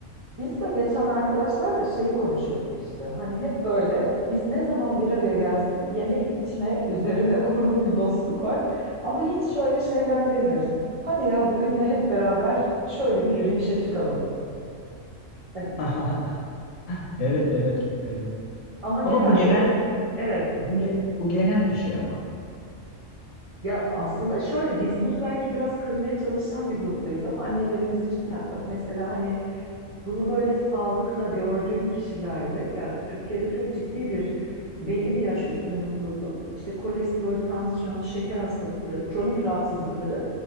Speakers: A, on the right (about 45°); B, on the left (about 75°).
A: Biz de geçen arkadaşlarla şeyi konuşuyorduk işte. Hani hep böyle biz ne zaman bir araya gelsek yeme içme üzerine <laughs> kurulu bir dostluk var. Ama hiç şöyle şeyler demiyoruz. Hadi ya bugün de hep beraber şöyle bir yürüyüşe çıkalım. Hani,
B: <laughs> Evet evet evet.
A: ama genelde
B: Ama bu genel
A: evet
B: bu ge- bu genel bir şey ama.
A: ya aslında şöyle biz bunu belki biraz kırmaya çalışan bir gruptayız ama annelerimiz için ya mesela hani Bunu böyle sağlıkla gördüğün kişilerde ya Türkiye'de çok ciddi bir belli bir yaş üstü nüfusun işte kolesterol, tansiyon, şeker hastalıkları, kronik rahatsızlıkları